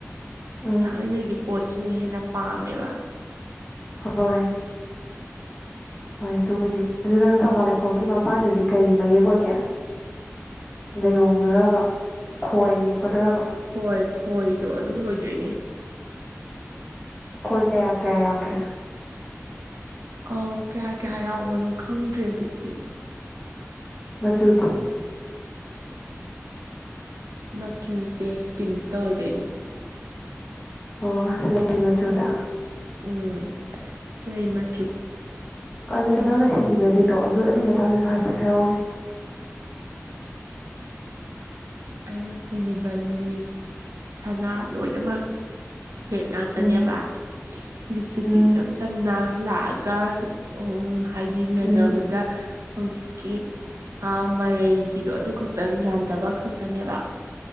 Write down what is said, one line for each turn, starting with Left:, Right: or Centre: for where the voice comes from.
Left: ꯎꯝ
Right: ꯊꯥꯏꯅꯒꯤ ꯄꯣꯠꯁꯤꯅ ꯍꯦꯟꯅ ꯄꯄꯥꯝꯕ
Left: ꯍꯣꯏ ꯍꯣꯏ ꯑꯗꯨꯕꯨꯗꯤ ꯑꯗꯨ ꯅꯪ ꯊꯧꯕꯥꯜ ꯂꯩꯈꯣꯛꯀꯤ ꯃꯄꯥꯟꯗꯨꯗꯤ ꯀꯩ ꯃꯌꯦꯛ ꯑꯣꯏꯒꯦ ꯂꯩꯔꯣꯡꯗꯣꯔꯕ ꯈꯣꯏ ꯌꯦꯛꯀꯗꯣꯔꯕ
Right: ꯈꯣꯏ ꯈꯣꯏꯗꯣ ꯑꯗꯨ ꯑꯣꯏꯣꯏꯗꯣꯏꯅꯦ
Left: ꯀꯣꯏ ꯀꯌꯥ ꯀꯌꯥ ꯌꯥꯎꯒꯦ
Right: ꯑ ꯀꯌꯥ ꯀꯌꯥ ꯌꯥꯎꯕꯅꯣ ꯈꯪꯗ꯭ꯔꯦ ꯑꯗꯨꯗꯤ
Left: ꯃꯆꯨꯗꯤ
Right: ꯃꯆꯨꯁꯦ ꯄꯤꯡꯇ ꯑꯣꯏꯗꯣꯏꯅꯦ
Left: ꯑꯣ ꯂꯩ ꯃꯆꯨꯗ
Right: ꯎꯝ ꯂꯩ ꯃꯆꯨ
Left: ꯑꯗꯨ ꯅꯪꯅ ꯁꯤꯈꯤꯕ ꯂꯤꯠꯇꯣ ꯑꯗꯨ ꯑꯗꯨꯒꯤ ꯃꯇꯥꯡꯗꯁꯨ ꯍꯥꯏꯐꯦꯠ ꯍꯥꯏꯔꯛꯎꯅꯦ
Right: ꯑꯩꯅ ꯁꯤꯈꯤꯕ ꯂꯤ ꯁꯅꯥ ꯂꯣꯏꯅꯃꯛ ꯁꯦꯠ ꯉꯥꯛꯇꯅꯦꯕ
Left: ꯎꯝ
Right: ꯂꯤꯛꯇꯨꯁꯨ
Left: ꯎꯝ
Right: ꯏꯆꯝ ꯆꯝꯅ ꯂꯥꯛꯑꯒ ꯎꯝ ꯍꯥꯏꯗꯤ ꯃꯦꯗꯜꯗꯨꯗ
Left: ꯎꯝ
Right: ꯍꯧꯖꯤꯛꯀꯤ ꯃꯔꯩꯒꯤꯗꯣ ꯑꯗꯨ ꯈꯛꯇꯪ ꯌꯥꯟꯗꯕ ꯈ ꯟꯕ